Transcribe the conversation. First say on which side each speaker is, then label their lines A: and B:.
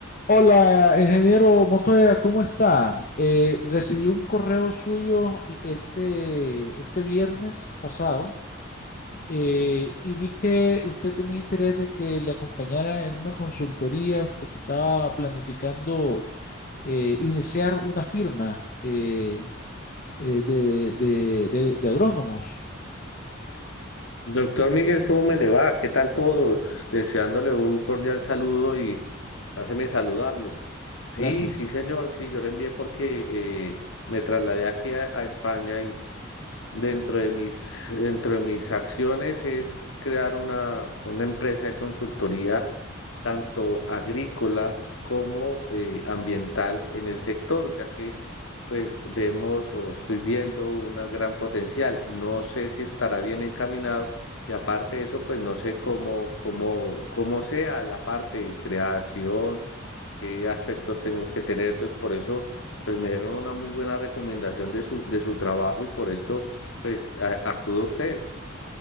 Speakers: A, on the left; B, on the left.
A: Hola, ingeniero Montoya, ¿cómo está? Eh, recibí un correo suyo este, este viernes pasado eh, y vi que usted tenía interés de que le acompañara en una consultoría porque estaba planificando eh, iniciar una firma eh, eh, de, de de- de de agrónomos.
B: Doctor Miguel, ¿cómo me le va? ¿Qué tal todo? Deseándole un cordial saludo y háceme saludarlo. Sí,
A: Gracias.
B: sí, señor, sí, yo le envié porque eh, me trasladé aquí a, a España y Dentro de mis, dentro de mis acciones es crear una, una empresa de consultoría tanto agrícola como eh, ambiental en el sector, ya que pues vemos o estoy viendo un gran potencial. No sé si estará bien encaminado y aparte de eso, pues no sé cómo, cómo, cómo sea la parte de creación, qué aspectos tengo que tener. Entonces, por eso, pues me dieron una muy buena recomendación de su, de su trabajo y por esto pues a- acuda usted.